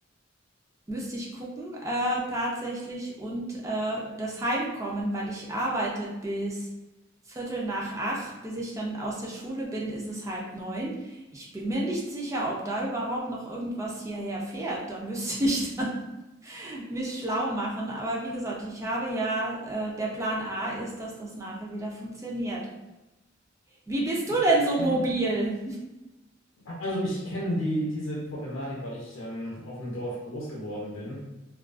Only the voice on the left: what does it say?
Ich,
ich
kenn,
also ich kenne die, diese Problematik, weil ich ähm, auf dem Dorf groß geworden bin.